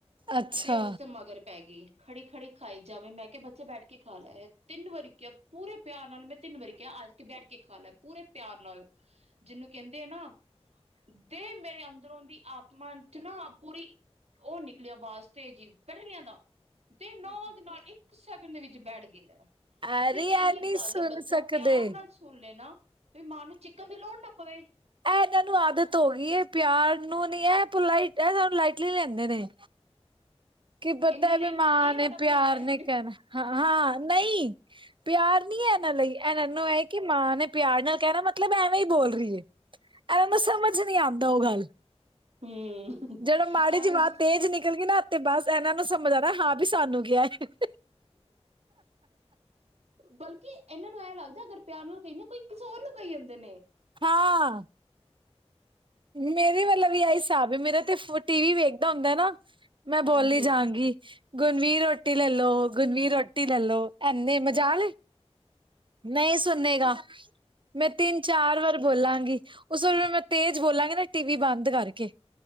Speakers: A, on the right (about 50°); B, on the right (about 75°).
A: ਅੱਛਾ
B: ਦੇ ਉਸ ਮਗਰ ਪੈ ਗਈ। ਖੜੀ ਖੜੀ ਖਾਈ ਜਾਵੇ ਮੈਂ ਕਿਹਾ ਬੱਚੇ ਬੈਠ ਕੇ ਖਾ ਲੈ। ਤਿੰਨ ਵਾਰੀ ਕਿਹਾ ਪੂਰੇ ਪਿਆਰ ਨਾਲ ਮੈਂ ਤਿੰਨ ਵਾਰੀ ਕਿਹਾ ਆ ਕੇ ਬੈਠ ਕੇ ਖਾ ਲੈ ਪੂਰੇ ਪਿਆਰ ਨਾਲ ਜਿਹਨੂੰ ਕਹਿੰਦੇ ਆ ਨਾ ਦੇ ਮੇਰੇ ਅੰਦਰੋਂ ਰੀ ਆਤਮਾ ਚ ਨਾ ਪੂਰੀ ਉਹ ਨਿਕਲਿਆ ਆਵਾਜ਼ ਤੇਜ ਬੈਠਾ ਨਹੀਂ ਜਾਂਦਾ। ਤੇ ਨਾਲ ਦੀ ਨਾਲ ਇੱਕ ਸੈਕਿੰਡ ਦੇ ਵਿੱਚ ਬੈਠ ਗਈ।
A: ਅਰੇ
B: ਵੀ
A: ਐ
B: ਇਹੀ
A: ਨਹੀਂ
B: ਗੱਲ
A: ਸੁਣ
B: ਬੱਚਾ
A: ਸਕਦੇ
B: ਪਿਆਰ
A: ਇਹ
B: ਨਾਲ ਸੁਨੇ ਨਾ ਤੇ ਮਾਂ ਨੂੰ ਚਿੱਕਣ ਦੀ ਲੋੜ ਨਾ ਪਵੇ।
A: ਇਹ ਇਹਨਾਂ ਨੂੰ ਆਦਤ ਹੋ ਗਈ ਹੈ ਪਿਆਰ ਨੂੰ ਨੀ ਇਹ ਲਟ ਇਹ ਲਾਈਟਲੀ ਲੈਂਦੇ ਨੇ। ਕੀ ਪਤਾ
B: ਇਹਨਾਂ ਲਈ
A: ਵੀ
B: ਨਾ
A: ਮਾਂ
B: ਇਹ
A: ਨੇ
B: ਵਾਲਾ
A: ਪਿਆਰ
B: ਹੈ
A: ਨੇ ਕਰਨਾ ਹਾਂ ਨਹੀਂ। ਪਿਆਰ ਨੀ ਹੈ। ਇਹਨਾਂ ਲਈ ਇਹਨਾਂ ਨੂੰ ਇਹ ਕਿ ਮਾਂ ਨੇ ਪਿਆਰ ਨਾਲ ਕਹਿਣਾ ਮਤਲਬ ਐਵੇਂ ਹੀ ਬੋਲ ਰਹੀਏ। ਇਹਨਾਂ ਨੂੰ ਸਮਝ ਨਹੀਂ ਆਉਂਦਾ ਉਹ ਗਲ।
B: ਹੂੰ
A: ਜਦੋ ਮਾੜੀ ਜਹੀ
B: ਐਵੇਂ
A: ਅਵਾਜ ਤੇਜ਼ ਨਿਕਲ ਗਈ ਨਾ ਤੇ ਬਸ ਇਹਨਾਂ ਨੂੰ ਸਮਝ ਆਉਣਾ ਹਾਂ ਵੀ ਸਾਨੂੰ ਕਿਹਾ ਹੈ।
B: ਬਲ। ਕਿ ਇਹਨਾਂ ਨੂੰ ਐਂ ਲੱਗਦਾ ਅਗਰ ਪਿਆਰ ਨਾਲ ਕਹਿੰਦੇ ਕੋਈ ਕਿਸੇ ਹੋਰ ਨੂੰ ਕਹੀ ਜਾਂਦੇ ਨੇ।
A: ਹਾਂ। ਮੇਰੇ ਵੱਲੋ ਵੀ ਆ ਹਿਸਾਬ ਹੈ। ਮੇਰਾ ਤੇ ਟੀ ਵੀ ਵੇਖ। ਏਦਾਂ ਹੁੰਦਾ ਨਾ ਮੈਂ ਬੋਲੀ
B: ਹਾਂਜੀ।
A: ਹੀ ਜਾਵਾਂਗੀ ਗੁਣਵੀਰ ਰੋਟੀ ਲੈ ਲੋ ਗੁਣਵੀਰ ਰੋਟੀ। ਰੋਟੀ ਲੈਲੋ ਐਨੇ ਮਜ਼ਾਾਲ ਏ। ਨਹੀਂ ਸੁਨੇਗਾ ਮੈਂ ਤਿੰਨ ਚਾਰ ਵਾਰ। ਬੋਲਾਂਗੀ ਉਸ ਵੇਲੇ ਮੈਂ ਤੇਜ਼ ਬੋਲਾਂਗੀ ਨਾ। ਟੀ ਵੀ ਬੰਦ ਕਰਕੇ